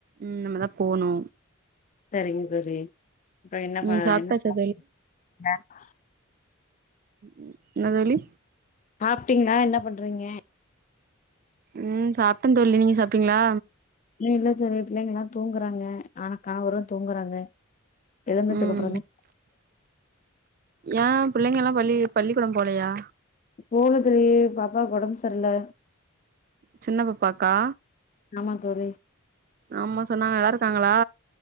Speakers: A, on the right (about 45°); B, on the left (about 35°).
A: இன்னமதா போனு
B: சரிங்க தோழி இப்ப என்ன பா
A: ம் சாப்ட்டாச்சா
B: என்ன பா <unintelligible>
A: உம் என்ன தோழி
B: சாப்டீங்ளா என்ன பண்றீங்க
A: உம் சாப்டேன் தோழி நீங்க சாப்டீங்ளா
B: இல்ல தோழி பிள்ளைங்களு தூங்குறாங்க ஆ கணவரு தூங்குறாங்க எழுந்ததுக்கு
A: உம்
B: அப்புறந்தா
A: ஏப் பிள்ளைங்க எல்லா பள்ளி பள்ளிக்கூடம் போலையா
B: போல தோழி பாப்பாக்கு ஒடம்பு சரியில்ல
A: சின்னப்பப்பாக்கா
B: ஆமா தோழி
A: ஆமா சொன்னாங்க எல்லா இருக்காங்க ங்களா